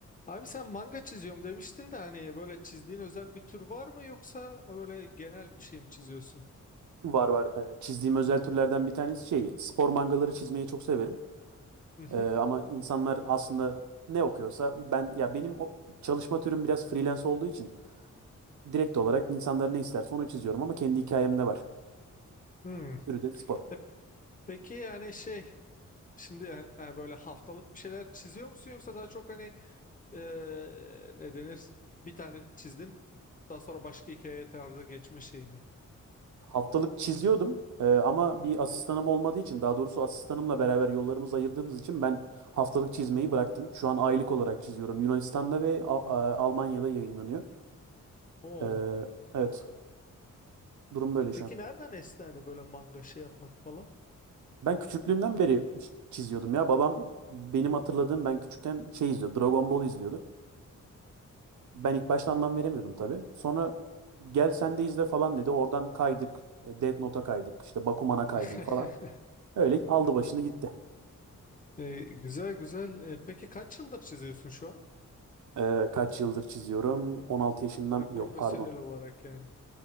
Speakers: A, on the left; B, on the right.
A: Abi sen manga çiziyorum demiştin de hani böyle çizdiğin özel bir tür var mı yoksa böyle genel bir şey mi çiziyorsun?
B: Var var. Ee, çizdiğim özel türlerden bir tanesi şey, spor mangaları çizmeyi çok severim.
A: Hı hı.
B: Ee, ama insanlar aslında ne okuyorsa ben ya benim o çalışma türüm biraz freelance olduğu için direkt olarak insanlar ne isterse onu çiziyorum ama kendi hikayem ne var?
A: Hmm.
B: Türü de spor.
A: E, peki yani şey şimdi yani, yani böyle haftalık bir şeyler çiziyor musun yoksa daha çok hani eee ne denir bir tane çizdin daha sonra başka hikaye tarzı geçme şey mi?
B: Haftalık çiziyordum ee, ama bir asistanım olmadığı için daha doğrusu asistanımla beraber yollarımızı ayırdığımız için ben haftalık çizmeyi bıraktım. Şu an aylık olarak çiziyorum. Yunanistan'da ve A- A- Almanya'da yayınlanıyor.
A: Oo.
B: Ee, evet, durum böyle şu
A: Peki
B: an.
A: nereden esti hani böyle manga şey yapmak falan?
B: Ben küçüklüğümden beri çiziyordum ya. Babam benim hatırladığım ben küçükken şey izliyordu. Dragon Ball izliyordu. Ben ilk başta anlam veremiyordum tabii. Sonra gel sen de izle falan dedi. Oradan kaydık. E, Death Note'a kaydık. İşte Bakuman'a kaydım
A: <laughs>
B: falan. Öyle aldı başını gitti.
A: E, güzel güzel. E, peki kaç yıldır çiziyorsun şu an?
B: Ee, kaç yıldır çiziyorum? 16 yaşından
A: E, profesyonel
B: yok pardon.
A: olarak yani.